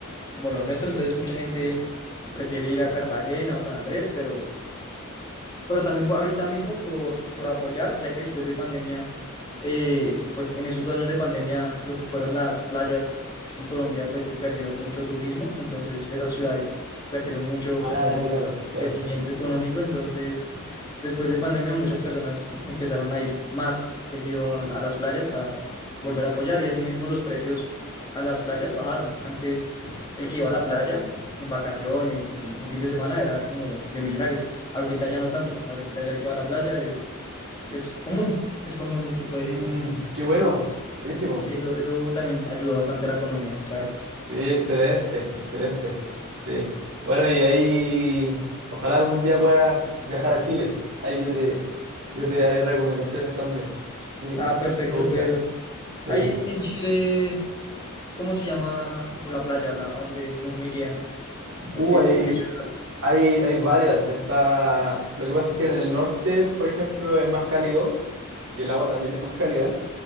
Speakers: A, on the left (about 20°); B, on the right (about 65°).
A: como lo nuestro, entonces mucha gente prefiere ir a Cartagena o San Andrés, pero pero también por, ahorita mismo por, por apoyar, ya que después de pandemia, eh, pues en esos años de pandemia, lo que fueron las playas en Colombia, pues se perdió mucho turismo, entonces esas ciudades perdieron mucho
B: Ah,
A: como
B: claro, claro.
A: crecimiento económico, entonces después de pandemia muchas personas empezaron a ir más seguido a, a las playas para volver a apoyar y asimismo los precios a las playas bajaron. Antes el que iba a la playa en vacaciones, en un fin de semana, era como de millonarios. Ahorita ya no tanto, ahorita ya el que va a la playa es, es común, es común el que puede.
B: Mm, qué bueno, buenísimo.
A: Sí, eso, eso también ayudó bastante a la economía, claro.
B: Sí, excelente, excelente. Sí. Bueno, y ahí ojalá algún día puedas viajar a Chile. Ahí yo te, yo te daré recomendaciones también. Sí,
A: Ah, perfecto,
B: y lo buscas.
A: Pedro.
B: Sí.
A: Ahí en Chile, ¿cómo se llama? O la playa, la, ¿a dónde uno iría? ¿O
B: Uh,
A: qué,
B: ahí
A: o qué ciudad?
B: Hay, hay varias. Está... Lo que pasa es que en el norte, por ejemplo, es más cálido y el agua también es más cálida.